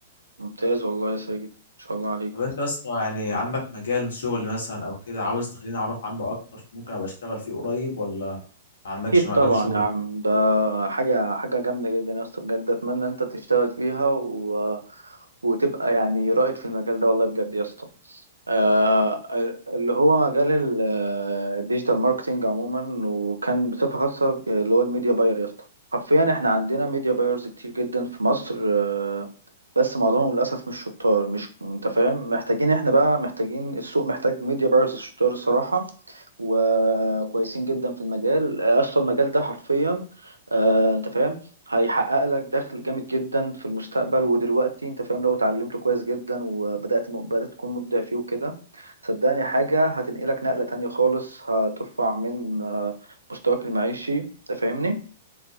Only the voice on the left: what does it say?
طب انت اصلا يعني عندك مجال شغل مثلا او كده عاوز تخليني اعرف عنه اكتر ممكن ابقى اشتغل فيه قريب ولا ما عندكش
مجال
شغل